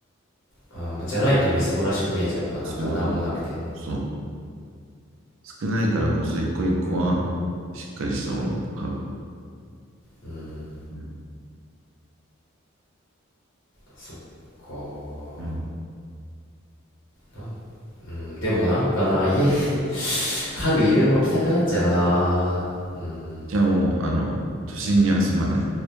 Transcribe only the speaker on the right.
そういうこと。
そう。少ないからこそ一個一個はしっかりしたものを買う。
うん
うん
じゃあもう、あの、都心には住まない。